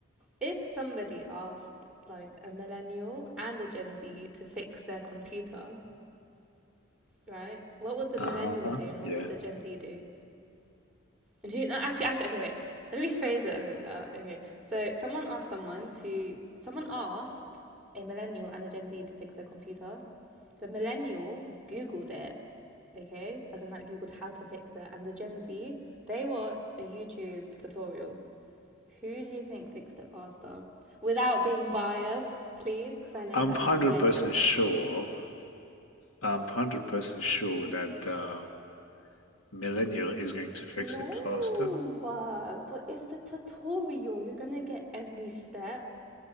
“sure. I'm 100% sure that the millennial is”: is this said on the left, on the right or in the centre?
Left